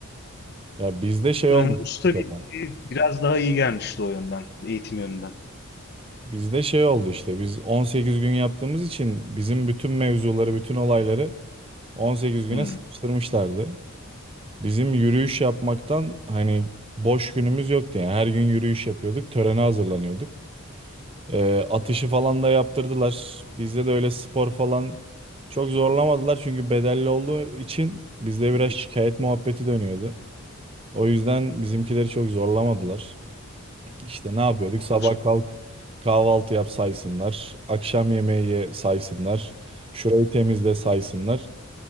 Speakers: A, on the right; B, on the left.
A: Ya bizde şey
B: Ee,
A: olmuş
B: usta
A: mesela.
B: bildiği biraz daha iyi gelmişti o yönden, eğitim yönünden.
A: Bizde şey oldu işte. Biz 18 gün yaptığımız için bizim bütün mevzuları, bütün olayları 18 güne
B: Hmm.
A: sıkıştırmışlardı. Bizim yürüyüş yapmaktan hani boş günümüz yoktu yani. Her gün yürüyüş yapıyorduk, törene hazırlanıyorduk. E, atışı falan da yaptırdılar. Bizde de öyle spor falan çok zorlamadılar çünkü bedelli olduğu için bizde
B: hmm,
A: biraz şikayet muhabbeti dönüyordu. O yüzden bizimkileri çok zorlamadılar. İşte ne yapıyorduk?
B: Uğraşmadım.
A: Sabah kalk kahvaltı yap saysınlar. Akşam yemeği ye saysınlar. Şurayı temizle saysınlar.